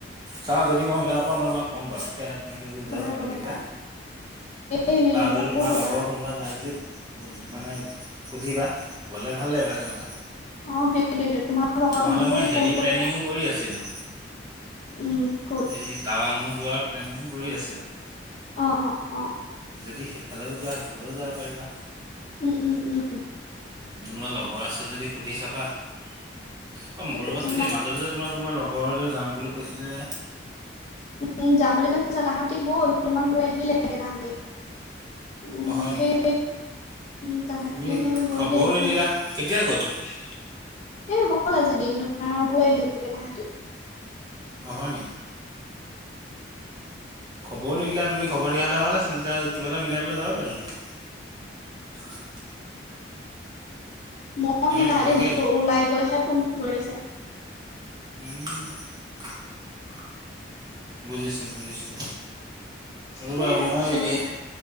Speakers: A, on the right; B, on the left.
A: চাওঁ যদি মই মিলাব পাৰোঁ মই তোমাক কম বাৰু এতিয়া ধুনীয়াকে
B: ক'বা
A: যাব পাৰিম
B: ক'বা
A: দুইটা।
B: এই হেৰিহঁতকো
A: বা যদি তোমাৰ
B: ক'বা
A: লগৰ কোনোবা যায় যদি উ মানে সুধিবা গলে ভাল লাগিবা একেলগে।
B: অ' সেইটোৱে সেইটোৱে তোমাৰ লগৰখিনিকো
A: নহ'লে মই হেৰি
B: ফোন কৰোঁলা
A: প্লেনিঙো কৰি আছিলোঁ
B: উম ক'ত
A: এই টাৱাঙো যোৱাৰ প্লেনিং কৰি আছিলো।
B: অ অ অ।
A: যদি সিফালেও যোৱা সেইফালেও যাব পাৰিবা
B: উম উম উম
A: তোমাৰ লগৰ আছে যদি সুধি চাবা। ৰবাচোন
B: তাকে ন
A: দেই মাজতে যে তোমাৰ কোনোবা লগৰ যে যাম বুলি কৈছিলে।
B: উ যাম বুলি কছা তাহাঁতি গ'ল তোমাক গৈ আহিলে লাগে তাহাঁতি। <unintelligible> উম
A: অ হয়
B: সেই
A: নেকি
B: উম তাহাঁতি
A: তুমি
B: হে গৈ
A: খবৰো
B: মেলি আহিলেগে।
A: নিদিলা কেতিয়া গ'ল
B: <inaudible> এই হল আজি দিন তোমাৰ গৈ আহিলেগে তাহাঁতি।
A: অ হয় নি? খবৰো নিদিলা। তুমি খবৰ দিয়া হলে ভাল আছিল তেতিয়া কিবা এটা মিলাই পেলাই যাব পৰিলোঁ হেঁতেন।
B: মইও সেই
A: নোকোৱাকেই
B: তাহাতি
A: গ'ল
B: ওলাই গৈহে ফোন কৰিছে
A: উম বুজিছো বুজিছো ৰবা
B: সেয়াই
A: মই
B: আচলতে
A: এই